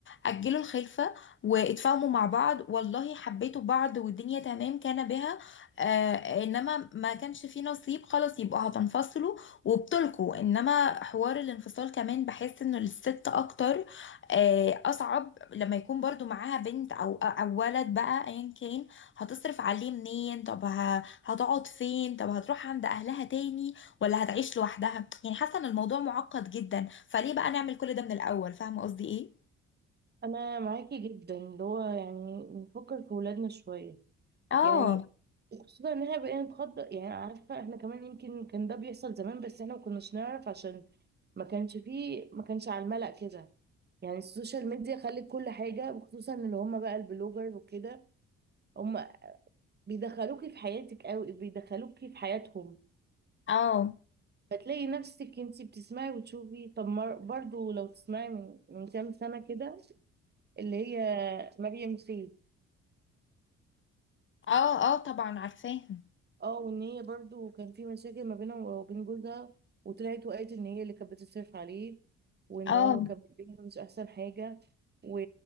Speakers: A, on the left (about 40°); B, on the right (about 35°).
A: اجلوا الخلفه واتفاهموا مع بعض والله حبيتوا بعض والدنيا تمام كان بها آه انما ما كانش في نصيب خلاص يبقوا هتنفصلوا وبتلكوا انما حوار الانفصال كمان بحس انه للست اكتر آه اصعب لما يكون برضو معاها بنت او او ولد بقى ايا كان هتصرف عليه منين طب ه- هتقعد فين طب هتروح عند اهلها تاني ولا هتعيش لوحدها يعني حاسه ان الموضوع معقد جدا فليه بقى نعمل كل ده من الاول فاهمه قصدي ايه
B: انا معاكي جدا اللي هو يعني نفكر في ولادنا شوية
A: اه
B: يعني خصوصا ان احنا بقينا نتخطى يعني عارفه احنا كمان يمكن كان ده بيحصل زمان بس احنا ما كناش نعرف عشان ما كانش فيه ما كانش على الملأ كده يعني السوشيال ميديا خلت كل حاجه وخصوصا اللي هم بقى البلوجر وكده هم بيدخلوكي في حياتك قوي بيدخلوكي في حياتهم
A: اه
B: فتلاقي نفسك انتي بتسمعي وتشوفي طب مر- برضو لو تسمعي من من كام سنه كده اللي هي مريم سي
A: اه اه طبعا عارفاها
B: اه وان هي برضو كان في مشاكل ما بينها وبين جوزها وطلعت وقالت ان هي اللي كانت بتصرف عليه وان
A: اه
B: هو كان بيها مش احسن حاجه و...